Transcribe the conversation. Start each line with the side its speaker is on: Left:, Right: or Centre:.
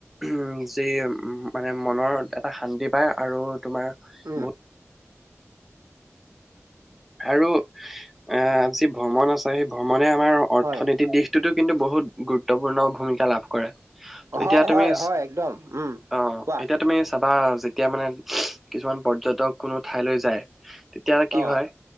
Centre: উম যি মানে মনৰ এটা শান্তি পায় আৰু তোমাৰ বহু
Right: উম,
Centre: <unintelligible> আৰু আহ যি ভ্ৰমণ আছে সেই ভ্ৰমণে আমাৰ অৰ্থনীতিৰ
Right: হয়,
Centre: দিশ এইটো কিন্তু বহুত গুৰুত্বপূৰ্ণ ভূমিকা লাভ কৰে।
Right: হয়,
Centre: এতিয়া
Right: হয়,
Centre: তুমি
Right: হয়, একদম উম।
Centre: অ <inaudible>
Right: কোৱা
Centre: এতিয়া তুমি চাব। বা যেতিয়া মানে <unintelligible> কিছুমান পৰ্যটক কোনো ঠাইলৈ যায়। তেতিয়ালে কি
Right: অ',
Centre: হয়